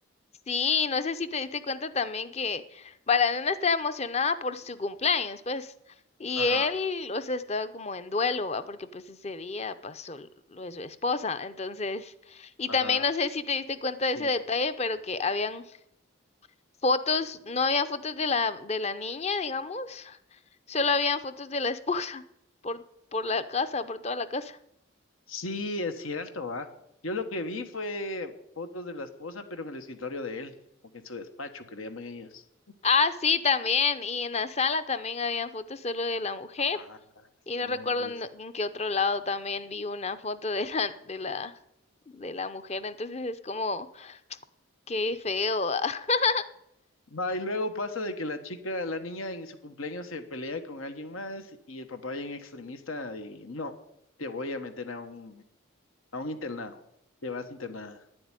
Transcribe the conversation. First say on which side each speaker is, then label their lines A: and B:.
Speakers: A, on the left; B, on the left.
A: Sí, no sé si te diste cuenta también que Balanena estaba emocionada por su cumpleaños, pues, y
B: Ajá,
A: él, o sea, estaba como en duelo, ¿va? Porque pues ese día pasó l- lo de su esposa, entonces, y
B: ajá.
A: también no sé si te diste cuenta de
B: Cierto.
A: ese detalle, pero que habían fotos, no había fotos de la, de la niña, digamos, solo habían fotos de la esposa <laughs> por, por la casa, por toda la casa.
B: Sí, es cierto, va. Yo lo que vi fue fotos de la esposa, pero en el escritorio de él, como que en su despacho, que le llaman ellos.
A: Ah, sí, también. Y en la sala también habían fotos solo de la mujer.
B: Ah,
A: Y no
B: no,
A: recuerdo
B: y
A: en,
B: eso.
A: en qué otro lado también vi una foto de la, de la, de la mujer. Entonces es como, qué feo. <laughs>
B: Va, y luego pasa de que la chica, la niña en su cumpleaños se pelea con alguien más y el papá bien extremista y no, te voy a meter a un, a un internado, te vas internada.